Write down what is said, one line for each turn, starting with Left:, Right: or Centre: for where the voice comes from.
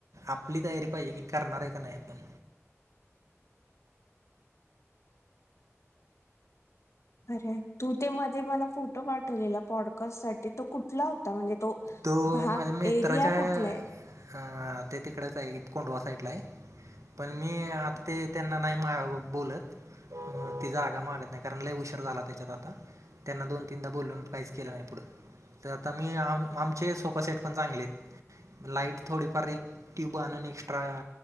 Right: आपली तयारी पाहिजे की करणार आहे का नाही आपण
Left: अरे तू ते मध्ये मला फोटो पाठवलेला पॉडकास्ट साठी तो कुठला होता म्हणजे तो
Right: तो
Left: भाग
Right: माझ्या मित्राच्या
Left: एरिया कुठला आहे
Right: ते तिकडेच आहे कोंडवा साईडला आहे. पण मी आता ते त्यांना नाही बोलत अ ती जागा मागत नाही कारण लय उशीर झाला त्याच्यात आता. त्यांना दोन तीनदा बोलून काहीच केलं नाही पुढं तर आता मी आमचे सोफा सेट पण चांगले आहेत लाईट थोडीफार एक ट्यूब आणून एक्स्ट्रा